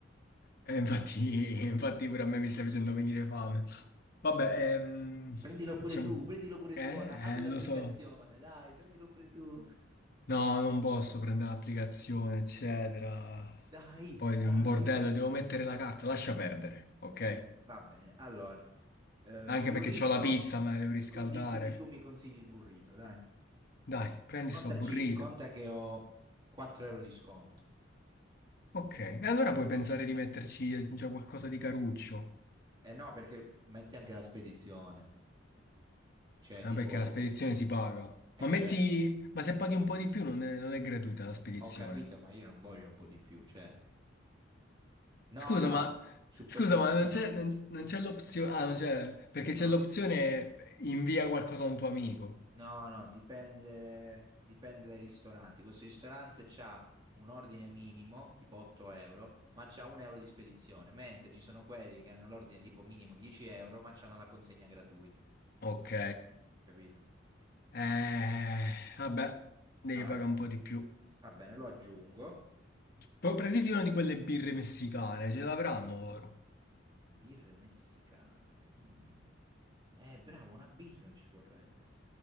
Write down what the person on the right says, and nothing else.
Prendilo pure
tu, prendilo pure
tu ora, apri
l'applicazione,
dai, prendilo pure tu.
Dai,
dai.
Va bene, allora, eh,
burrito,
quindi, quindi tu mi consigli il burrito, dai.
Contaci,
conta che ho 4 euro di sconto.
Eh no, perché metti anche la spedizione, cioè
tipo...
Eh
certo.
Ho capito, ma io non voglio un po' di più, cioè... No,
no,
su questo
sito
no.
No,
no, no, dipende, dipende dai ristoranti. Questo ristorante c'ha un ordine minimo, tipo 8 euro, ma c'ha un euro di spedizione, mentre ci sono quelli che hanno l'ordine tipo minimo 10 euro, ma c'hanno la consegna gratuita.
Capito?
Allora,
va bene, lo aggiungo.
Birre messicane. Mm. Eh, bravo, una birra ci vorrebbe.